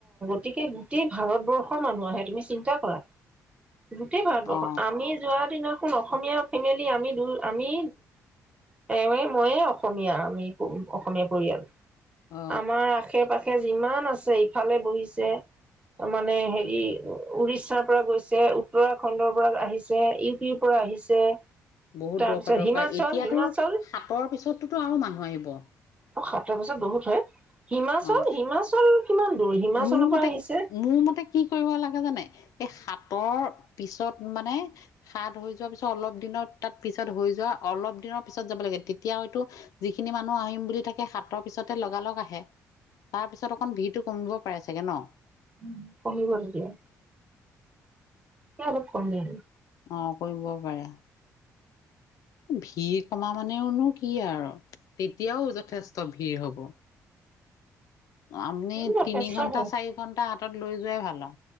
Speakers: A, on the right (about 20°); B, on the left (about 70°).
A: গতিকে গোটেই ভাৰতবৰ্ষৰ মানুহ আহে তুমি চিন্তা কৰা। গোটেই ভাৰতবৰ্ষ
B: অ
A: আমি যোৱাৰ দিনাত কোন অসমীয়া ফেমিলি আমি দু আমি। তেয়ে মইয়ে অসমীয়া আমি অসমীয়া পৰিয়াল
B: অ
A: আমাৰ আশে-পাশে যিমান আছে ইফালে বহিছে মানে হেৰি উৰিষ্যাৰ পৰা গৈছে উত্তৰাখণ্ডৰ পৰা আহিছে ইউ পি পৰা আহিছে।
B: বহুত
A: তাৰপিছত
B: দৰকাৰ-দৰকাৰ
A: হিমাচল
B: এতিয়াতো
A: হিমাচল
B: চাপৰ পিছতোতো আৰু মানুহ আহিব।
A: অ সাতটা বছত বহুত হয়। হিমাচল
B: অ
A: হিমাচল কিমান? দূৰ হিমাচলৰ
B: মোৰ
A: পৰা
B: মতে
A: আহিছে
B: মোৰ মতে কি কৰিব লাগে জানে। এই সাতৰ পিছত মানে হাত হৈ যোৱাৰ পিছত অলপ দিনৰ তাত পিছত হৈ যোৱা অলপ দিনৰ পিছত যাব লাগে তেতিয়া হয়তো যিখিনি মানুহ আহিম বুলি থাকে সাতৰ পিছতে লগালগ আহে। তাৰপিছত অকণ ভিটো পাই চাগে ন?
A: উ কমিব দা এতিয়া অলপ কমে আৰু।
B: অ কৰিব পাৰে। ভিৰ কমা মানেওনো কি আৰু তেতিয়াও যথেষ্ট ভিৰ হব। আমি
A: যথেষ্ট
B: তিনি ঘন্টা
A: হয়
B: চাৰি ঘন্টা হাতত লৈ যোৱাই ভাল আৰু।